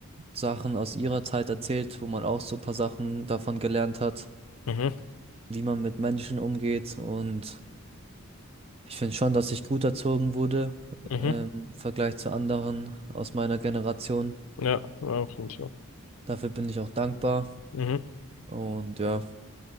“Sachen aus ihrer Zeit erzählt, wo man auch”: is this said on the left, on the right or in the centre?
Right